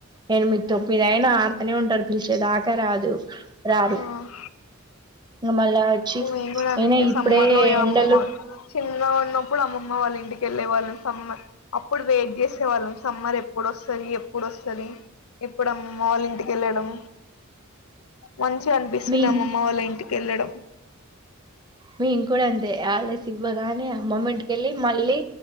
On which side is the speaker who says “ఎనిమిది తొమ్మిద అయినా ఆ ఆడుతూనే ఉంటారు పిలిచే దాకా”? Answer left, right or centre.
Right